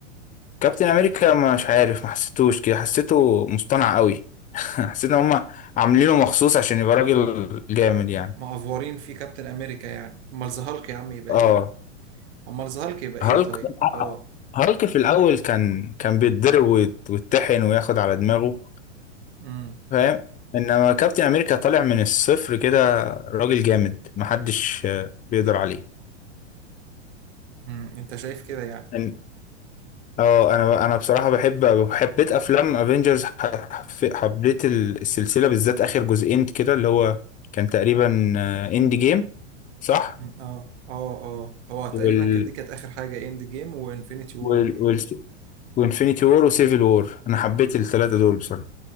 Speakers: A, on the left; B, on the right.
A: كابتن امريكا مش عارف ما حسيتوش كده حسيته مصطنع قوي <laughs> حسيت ان هم عاملينه مخصوص عشان يبقى راجل جامد يعني
B: معفورين في كابتن امريكا يعني امال ذا هالك يا عم يبقى
A: اه
B: ايه؟ امال ذا هالك يبقى ايه
A: هالك
B: طيب؟ اه
A: هالك في الاول كان كان بيتضرب ويت- ويتطحن وياخد على دماغه
B: امم
A: فاهم انما كابتن امريكا طالع من الصفر كده راجل جامد محدش آه، بيقدر عليه
B: امم انت شايف كده يعني؟
A: إن- اه انا انا بصراحه بحب حبيت افلام افنجرز حبيت ال- السلسله بالذات اخر جزئين كده اللي هو كان تقريبا اند جيم صح
B: مم. اه اه اه هو تقريبا
A: وال
B: كانت دي كانت اخر حاجة اند جيم وانفينيتي وور
A: وال وال وانفينيتي وور وسيفل وور انا حبيت الثلاثه دول بصراحه